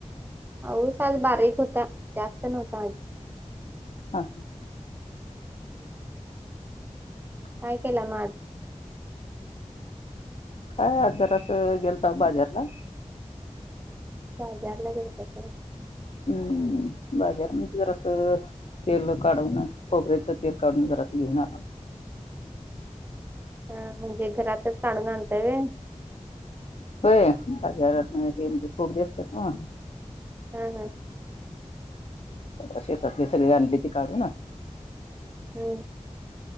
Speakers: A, on the right; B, on the left.
A: पाऊस आज बारीक होता जास्त नव्हता आज.
B: हा.
A: <inaudible>
B: <inaudible>
A: काय केला म आज?
B: काय आज जरासं गेलताव बाजारला.
A: बाजाराला गेलतसा.
B: हम्म्म हम्म बाजार म्हणहे जरासं तेल काढून खोबऱ्याच तेल काढून जरास घेऊन आलव.
A: हा म्हणजे घरातच काढून आणताय होय?
B: होय बाजारातन हे म्हणजे जरासं खोबरीे असत्यात नव्ह.
A: हा हा.
B: परवा शेतातली सगळी आणली ती काढून
A: हम्म